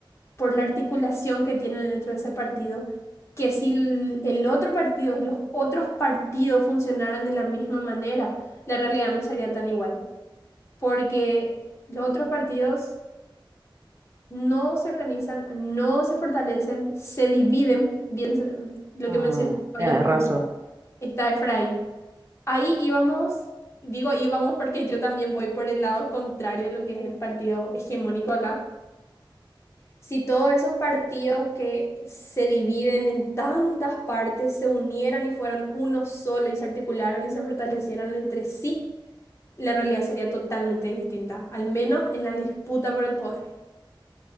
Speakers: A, on the left; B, on the right.
A: por la articulación que tienen dentro de ese partido, que si el el otro partido y los otros partidos funcionaran de la misma manera, la realidad no sería tan igual, porque los otros partidos no se organizan, no se fortalecen, se dividen, bien se- lo
B: Mm,
A: que mencionó Bayokú,
B: tenés razón.
A: está Efraín. Ahí íbamos, digo íbamos porque yo también voy por el lado contrario de lo que es el partido hegemónico acá. Si todos esos partidos que se dividen en tantas partes se unieran y fueran uno solo y se articularan y se fortalecieran entre sí, la realidad sería totalmente distinta, al menos en la disputa por el poder.